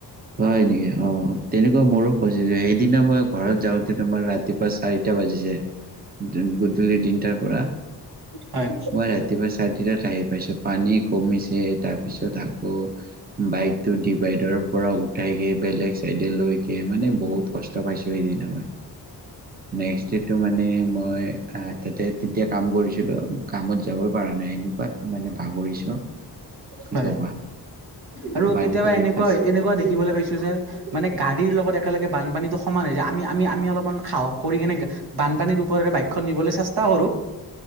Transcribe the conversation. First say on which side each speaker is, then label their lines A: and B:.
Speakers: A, on the right; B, on the right.
A: হয় নেকি অ তেনেক মোৰো ফচিছে সেইদিনা মই ঘৰত যাওঁতে তোমাৰ ৰাতিপুৱা চাৰিটা বাজিছে। তেন গধূলি তিনটাৰ পৰা
B: হয়
A: মই ৰাতিপুৱা চাৰেতিনটা আহিম। পিছত পানী কমিছে তাৰপিছত আকৌ বাইকটো ডিভাইডৰ পৰা উঠাই গে বেলেগ চাইডে লৈগে মানে বহুত কষ্ট পাইছো সেইদিনা মই। নেক্সদেটো মানে মই অ তাতে তেতিয়া কাম কৰিছিলোঁ কামত যাব পাৰা মানে এনেকুৱাত মানে ভাগৰিছোঁ। কি
B: হয়
A: ক'বা
B: আৰু
A: বানপানীত
B: কেতিয়াবা এনেকুৱা
A: ফাঁচি
B: এনেকুৱা দেখিবলৈ পাইছো যে মানে গাড়ীৰ লগত একেলগে বানপানীতটো সমান হৈ যায় আমি আমি আমি অলপমান সাহস কৰি কেনে বানপানীৰ ওপৰেৰে বাকখন নিবলৈ চেষ্টা কৰো